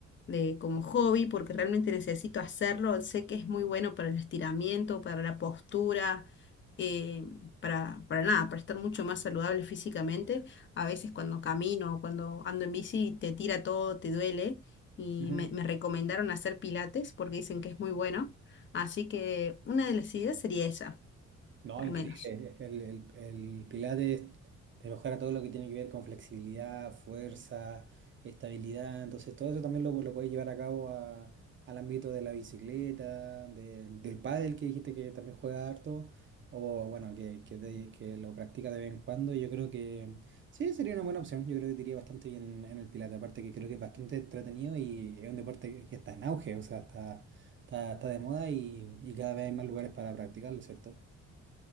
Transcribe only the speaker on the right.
Ujú.
No,
increíble.
El, el, el Pilates te mejora todo lo que tiene que ver con flexibilidad, fuerza, estabilidad. Entonces, todo eso también lo, lo puedes llevar a cabo a- al ámbito de la bicicleta, de- del pádel que dijiste que también juega harto, o bueno, que, que, te- que lo practica de vez en cuando. Y yo creo que sí, sería una buena opción. Yo creo que te iría bastante bien en el Pilates. Aparte que creo que es bastante entretenido y es un deporte que está en auge, o sea, está, está, está de moda y, y cada vez hay más lugares para practicarlo, ¿cierto?